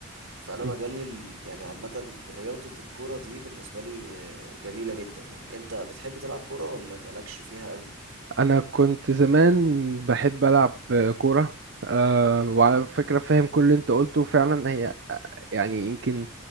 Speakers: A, on the right (about 70°); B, on the right (about 55°).
A: فانا
B: مم.
A: مجال ال- يعني عامه رياضه الكوره دي بالنسبه لي آه، جميله جدا يعني انت بتحب تلعب كوره ولا مالكش فيها قوي
B: انا كنت زمان بحب العب كوره آه وعلى فكره فاهم كل اللي انت قلته فعلا هي يعني يمكن